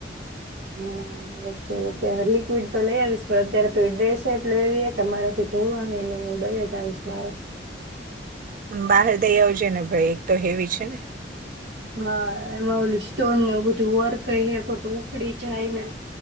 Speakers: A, on the right; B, on the right.
A: હા ઓકે ઓ. લિક્વિડ તો લઈ આવીશ પણ અત્યારે તો ડ્રેસે એટલે એવી કે મારેથી ધોવા ન નહી હું દઈ જ આવીશ. મારે
B: બહાર દઈ આવજે ને ભાઈ એક તો હેવી છે ને.
A: હા એમાં ઓલું સ્ટોન ને એવ બધું વર કઈ હ ખોટું ઉખડી જાય ને.